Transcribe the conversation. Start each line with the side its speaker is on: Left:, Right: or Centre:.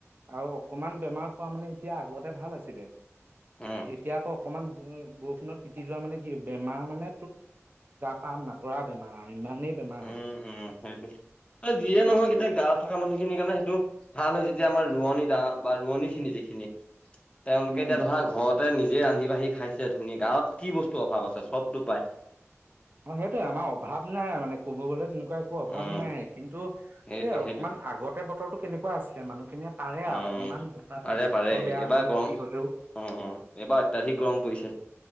Right: আৰু অকমান বেমাৰত পৰা মানে এতিয়া আগতে ভাল আছিলে।
Left: উম
Right: এতিয়া আকৌ অকমান উম, বৰষুণত তিতি যোৱা মানে কি বেমাৰ মানে পাৰ নপৰা বেমাৰ। ইমানেই বেমাৰ
Left: উম,
Right: হ'ব
Left: উম সেইটো। যিয়ে নহক এতিয়া গাঁৱত থকা মানুহখিনিৰ কাৰণে সেইটো ভাল হয়। যেতিয়া আমাৰ ৰোৱনী দা বা ৰোৱনী খিনি যিখিনি তেওঁলোকে
Right: উম উম
Left: এতিয়া ধৰা ঘৰত তাতে নিজে ৰান্ধি বাঢ়ি খাইছে ধুনীয়াকৈ। গাঁৱত কি বস্তু অভাৱ আছে চবটো পাই।
Right: অ' সেইটোৱে আমাৰ অভাৱ নাই মানে। ক'ব গ'লে তেনেকুৱা একো অভাৱ
Left: উম
Right: নাই। কিন্তু এই
Left: সেইটোৱে
Right: অকমান
Left: সেইটোৱে
Right: আগতে বতৰটো কেনেকুৱা আছিলে মানুহখিন মানে পাৰে
Left: উম
Right: আৰু যিমান বতাহ
Left: পাৰে পাৰে
Right: বতৰ বেয়া
Left: এইবাৰ
Right: হলেও
Left: গৰম
Right: যি হলেও।
Left: উম এইবাৰ অত্যাধিক গৰম পৰিছে।